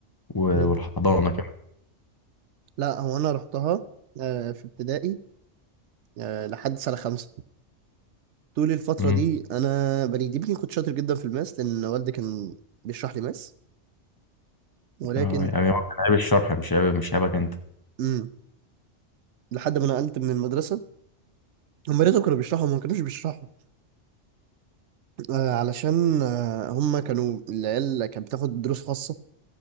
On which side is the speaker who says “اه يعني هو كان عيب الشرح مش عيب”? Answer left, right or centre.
Left